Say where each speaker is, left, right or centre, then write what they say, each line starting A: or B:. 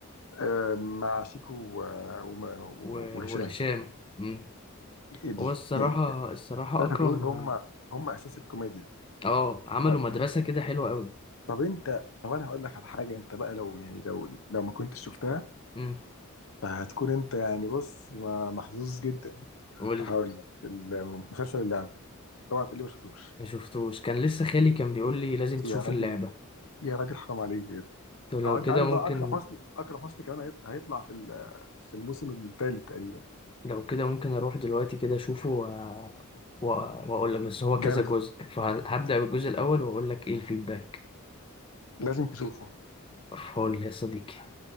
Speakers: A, on the left; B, on the left.
A: آه مع شيكو و- وما-
B: و-
A: وهشام
B: وهشام أمم.
A: ال-
B: هو الصراحة
A: يعني
B: الصراحة
A: الثلاثه
B: اكرم
A: دول هم هم اساس الكوميديا
B: اه عملوا
A: طب
B: مدرسة كده حلوة قوي
A: طب انت طب انا هقول لك على حاجه انت بقى لو يعني لو لو ما كنتش شفتها
B: أمم.
A: فهتكون انت يعني بص ما- محظوظ جدا
B: قول
A: هقول
B: لي
A: لك المسلسل اللعبه اوعى تقول لي ما شفتوش
B: ما شفتوش كان لسه خالي كان بيقول لي لازم تشوف
A: يا راجل
B: اللعبة
A: يا راجل حرام عليك بجد
B: قلت له
A: او
B: لو
A: انت
B: كده
A: عارف
B: ممكن
A: بقى اكرم حسني اكرم حسني كمان هيط- هيطلع في ال- في الموسم الثالث تقريبا
B: لو كده ممكن اروح دلوقتي كده اشوفه و... و... واقول لك بس هو
A: جامد
B: كذا جزء فهبدأ بالجزء الاول واقول لك ايه الفيدباك
A: لازم تشوفه
B: فول يا صديقي